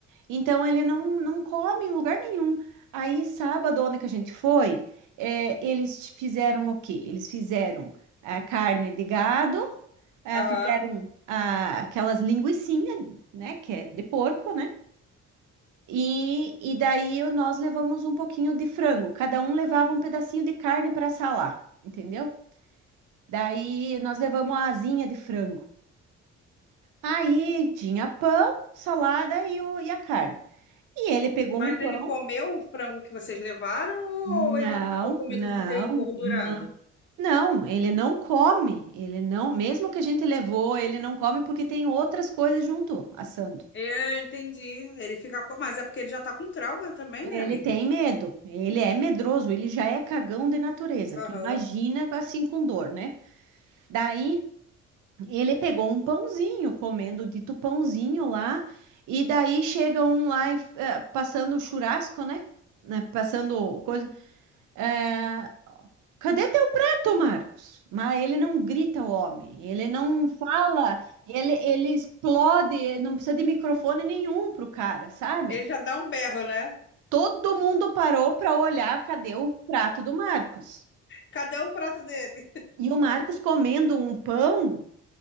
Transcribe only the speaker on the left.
Aham.
Mas
ele comeu o frango que vocês levaram
ou ele ficou com medo
de ter engordurado?
Eu entendi. Ele fica com... Mas é porque ele já tá com trauma também,
né, amiga?
Aham.
Ele já dá um berro, né?
Cadê o prato dele?